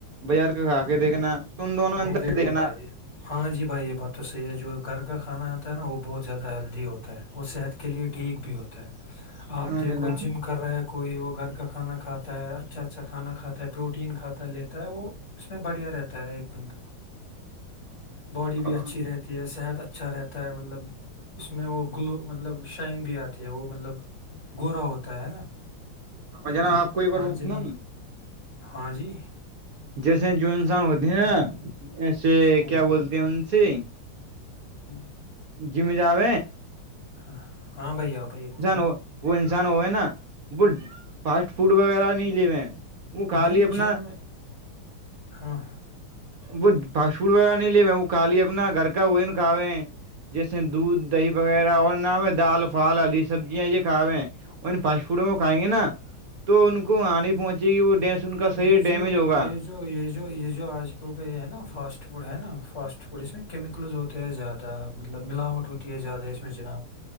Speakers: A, on the right (about 65°); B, on the left (about 60°).
A: بازار کے کھا کے دیکھنا ان دونوں انتر
B: دیکھو
A: دیکھنا
B: بھائی ہاں جی بھائی یہ بات تو صحیح ہے جو گھر کا کھانا آتا ہے نا وہ بہت زیادہ ہیلدی ہوتا ہے وہ صحت کے لیے ٹھیک بھی ہوتا ہے
A: <unintelligible> <inaudible>
B: آپ دیکھو
A: جناب
B: جم کر رہے ہے کوئی وہ گھر کا کھانا کھاتا ہے اچھا اچھا کھانا کھاتا ہے پروٹین کھاتا ہے لیتا ہے وہ اس میں بڑھیا رہتا ہے ایک بندہ باڈی بھی
A: اور
B: اچھی رہتی صحت اچھا رہتا ہے مطلب اس میں وہ گلو مطلب شائن بھی آتی ہے وہ مطلب گورا ہوتا ہے نا
A: جناب آپ کو ایک اورار
B: ہاں
A: باتتا
B: جناب
A: <unintelligible>
B: ہاں جی
A: جیسے جو انسان ہوتے ہے نا ایسے
B: ہاں
A: کیا بولتے ہیں ان سے
B: ہوں <inaudible>
A: جیمی جااب
B: ہ ہاں بھائی آ بھائی بولو
A: ہو وہ انسان ہوئے نا وہ فاسٹ فوڈ وغیرہ نہیں لیے ہوے ہیں وہ خالی
B: نہیں
A: اپنا
B: جم میں ہاں
A: وہ فاسٹ فوڈ وغیرہ نہیں لے وہ کا لیا اپنا گھر کا وہ ن کھوے ہیں جیسے دودھ دہی وغیرہ اور نہام ہو ہے دال پھال ہدری سبزیاں یہ کھاوے ہیں اور پانسپڑوں کو کھائیں گے نا تو ان کو آنے پہنچے گی وہ ڈس ان کا صحح
B: یہ
A: ڈیمیج
B: جو
A: ہوگا
B: یہ جو یہ جو یہ جو آج کل کا یہ ہے نا فاسٹ فوڈ ہے نا فاسٹ فوڈ اس میں کیمیکلز ہوتے ہیں زیادہ مطلب ملااٹ ہوتی ہے زیادہ میں جناب